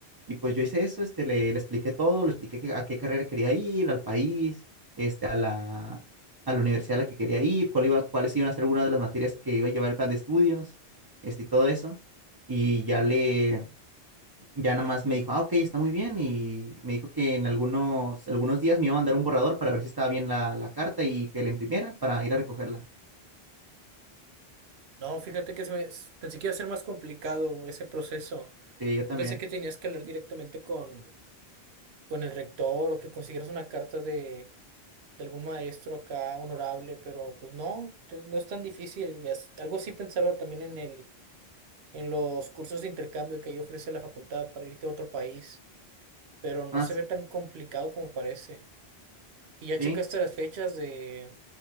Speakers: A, on the right; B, on the right.
A: Y pues yo hice eso, este, le, le expliqué todo, le expliqué que- a qué carrera quería ir, al país, este, a la, a la universidad a la que quería ir, cuál iba, cuáles iban a ser algunas de las materias que iba a llevar el plan de estudios, este, y todo eso. Y ya le, ya nada más me dijo, ah, ok, está muy bien. Y me dijo que en algunos, algunos días me iba a mandar un borrador para ver si estaba bien la, la carta y que la imprimiera para ir a recogerla.
B: No, fíjate que se me- s- pensé que iba a ser más complicado ese proceso.
A: Sí, yo también.
B: Yo pensé que tenías que hablar directamente con, con el rector o que consiguieras una carta de, de algún maestro acá honorable, pero pues no, te- no es tan difícil. Y as- algo sí pensaba también en el, en los cursos de intercambio que ahí ofrece la facultad para irte a otro país, pero no
A: Ah,
B: se
A: sí,
B: ve tan complicado como parece. ¿Y ya
A: sí,
B: checaste las fechas de,